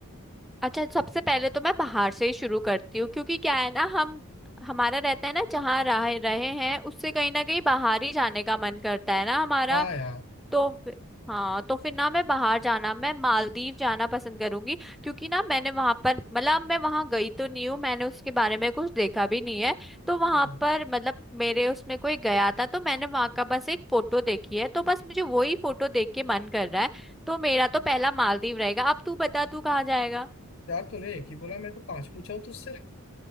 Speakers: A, in the centre; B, on the left (about 55°).
A: अच्छा सबसे पहले तो मैं बाहर से ही शुरू करती हूँ क्योंकि क्या है ना हम हमारा रहता है ना जहाँ रहे रहे हैं उससे कहीं ना कहीं बाहर ही जाने का मन करता है ना हमारा
B: हाँ यार
A: तो फिर- हाँ तो फिर ना मैं बाहर जाना मैं मालदीव जाना पसंद करूंगी क्योंकि ना मैंने वहां पर मतलब मैं वहां गई तो नहीं हूँ मैंने उसके बारे में कुछ देखा भी नहीं है तो वहां
B: हम्म
A: पर मतलब मेरे उसमें कोई गया था तो मैंने वहां का बस एक फोटो देखी है तो बस मुझे वही फोटो देख के मन कर रहा है तो मेरा तो पहला मालदीव रहेगा अब तू बता तू कहाँ जाएगा
B: यार तूने एक ही बोला मैं तो पांच पूछा हूँ तुझसे